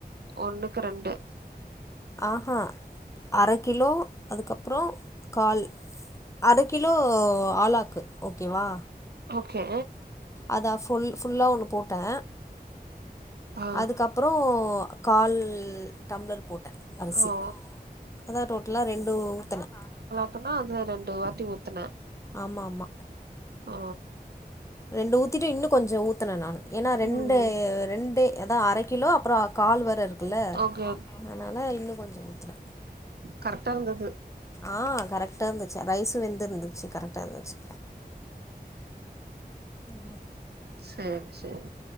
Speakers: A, on the right (about 75°); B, on the left (about 20°).
A: ஒன்னுக்கு ரெண்டு
B: ஆஹூ அர கிலோ அதுக்கப்புறோ கால் அட கிலோ ஆலாக்கு ஓகேவா
A: ஓகே
B: அதா ஃபுல் ஃபுல்லா ஒன்னு போட்டே
A: ஆ
B: அதுக்கப்றோ கால் டம்ளர் போட்டே அரிசி
A: ஓ
B: அதா டோட்டலா ரெண்டு ஊத்தன
A: அப்பனா அதுல ரெண்டு வாட்டி ஊத்தனே
B: ஆமா ஆமா
A: ஓ
B: ரெண்டு ஊத்திட்டு இன்னு கொஞ்ச ஊத்தன நானு ஏன்னா ரெண்டு
A: ம்
B: ரெண்டு ஏதா அரை கிலோ அப்ற கால் வேர இருக்குல்ல
A: ஓகே
B: அதனால இன்னு கொஞ்ச ஊத்துன
A: கரெட்டா இருந்தது
B: ஆ கரக்டா இருந்துச்சு ரைஸ்சு வெந்து இருந்துச்சு கரெக்டா இருந்துச்சு ம்
A: சேர் சேர்